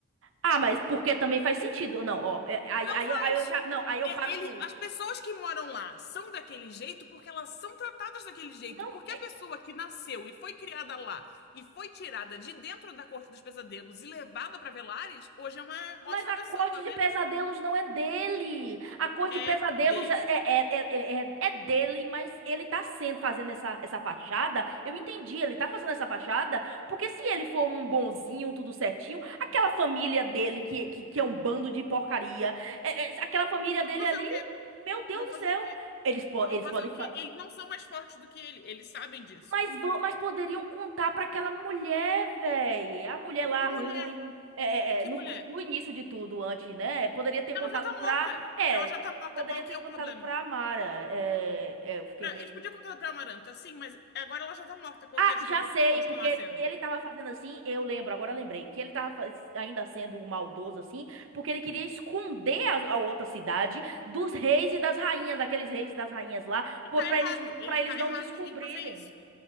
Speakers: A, on the right; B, on the left.
A: Ah, mas porque também faz sentido. Não, ó, é, aí,
B: Não
A: aí,
B: faz.
A: eu aí eu já. Não, aí eu
B: E-
A: paro
B: Ele,
A: tudo.
B: as pessoas que moram lá são daquele jeito porque elas são tratadas daquele jeito.
A: Não,
B: Porque
A: é-
B: a pessoa que nasceu e foi criada lá e foi tirada de dentro da Corte dos Pesadelos e levada para Velares, hoje é uma ótima
A: mas a
B: pessoa,
A: corte de
B: né?
A: pesadelos não é dele. A corte de pesadelos
B: É dele.
A: é, é, é, é, é- é é dele, mas ele tá sendo fazendo essa, essa fachada. Eu entendi, ele tá fazendo essa fachada, porque se ele for um bonzinho, tudo certinho, aquela família dele, que, que, que é um bando de porcaria, é- é, aquela família
B: Vão
A: dele
B: fazer
A: ali,
B: o quê?
A: meu Deus
B: Vão
A: do
B: fazer
A: céu.
B: o quê?
A: Eles, po
B: Vão
A: eles
B: fazer
A: podem.
B: o quê? Eles não são mais fortes do que ele, eles sabem disso.
A: Mas, vão, mas poderiam contar para aquela mulher, velho. A mulher lá
B: Que
A: ruim.
B: mulher,
A: É, é,
B: que
A: é, no,
B: mulher.
A: no início de tudo, antes, né? Poderia ter contado
B: Ela já tá
A: pra.
B: morta.
A: É,
B: Ela já tá morta.
A: poderia
B: Qual
A: ter
B: que é
A: contado
B: o problema?
A: pra Amara. É, é, eu fiquei
B: Pra,
A: meio.
B: eles podiam contar pra Amaranta, sim, mas agora ela já tá morta. Qual
A: Ah,
B: que é a desculpa
A: já sei,
B: pra ele continuar
A: porque
B: sendo?
A: ele tava fazendo assim, eu lembro, agora eu lembrei, que ele tava faz- ainda sendo maldoso assim, porque ele queria esconder a, a outra cidade dos reis e das rainhas, daqueles reis e das rainhas lá,
B: E
A: pô,
B: tá
A: pra
B: errado.
A: eles,
B: Ele
A: pra eles
B: tá
A: não
B: errado
A: descobrirem.
B: em fazer isso.